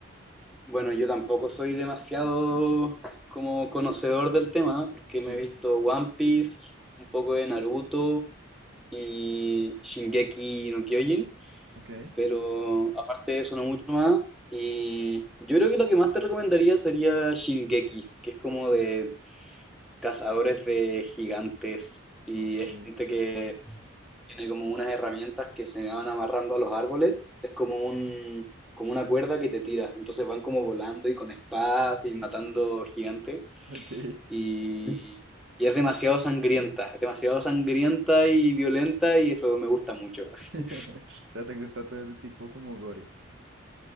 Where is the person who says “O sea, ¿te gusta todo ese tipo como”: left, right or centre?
Right